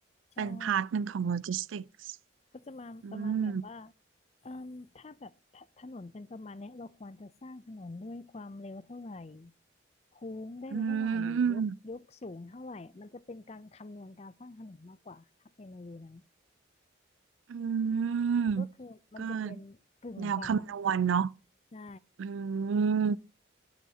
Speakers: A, on the left; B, on the right.
A: ใช่
B: เป็นพาร์ทหนึ่งของโลจิสติกส์
A: ก็จะมาประมาณแบบว่า
B: อืม
A: เอ่มถ้าแบบถถนนเป็นประมาณเนี้ยเราควรจะสร้างถนนด้วยความเร็วเท่าไหร่โค้งได้เท่าไหร่ยกยกสูงเท่าไหร่มันจะเป็นการคำนวณการสร้างถนนมากกว่าถ้าเป็นในเวนั้น
B: อืม อืม
A: ก็คือมันจะเรียนกึ่งกันอ่ะ
B: ก็แนวคำนวณเนาะ
A: ใช่
B: อืม